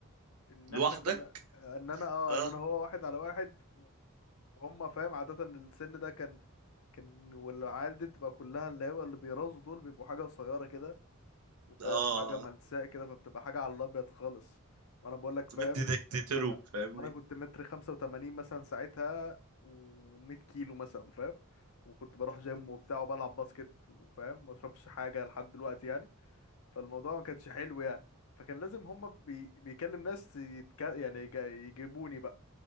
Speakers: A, on the left (about 70°); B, on the right (about 80°).
A: ان
B: لوحدك
A: احنا كنا ان انا اه
B: اه
A: ان انا هو واحد على واحد وهم فاهم عاده إن السن ده كان كان والعيال دي بتبقى كلها اللي هو اللي بيرازوا دول بيبقوا حاجه قصيره كده وفاهم
B: اه
A: وحاجه ملساء كده فبتبقى حاجه على الابيض خالص وانا بقول لك
B: تمد
A: فاهم
B: ايدك تقتله
A: وانا
B: فاهمني
A: وانا كنت متر 85 مثلا ساعتها و100 كيلو مثلا فاهم وكنت بروح جيم وبتاع وبلعب باسكت وفاهم ما اشربش حاجه لحد دلوقتي يعني فالموضوع ما كانش حلو يعني فكان لازم هما بي... بيكلم ناس يتك... يعني يج- يجيبوني بقى